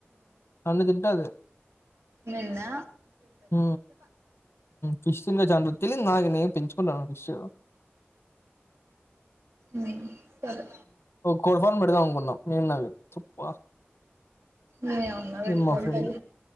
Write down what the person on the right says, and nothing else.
ఉన్న
మ్మ్ సరే
నేనేమన్నా పెట్టుకుంటా